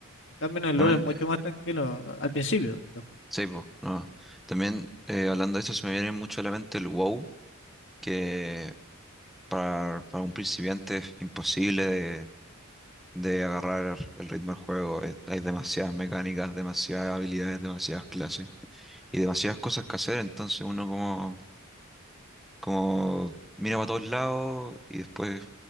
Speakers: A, on the left; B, in the centre.
A: En cambio, en el
B: También,
A: LoL es mucho
B: eh,
A: más tranquilo, al principio, yo-
B: sí, po, no. También, eh, hablando de eso, se me viene mucho a la mente el WoW, que Para, para un principiante es imposible de, de agarrar el ritmo del juego. Eh, Hay demasiadas mecánicas, demasiadas habilidades, demasiadas clases y demasiadas cosas que hacer. Entonces uno como, como mira para todos lados y después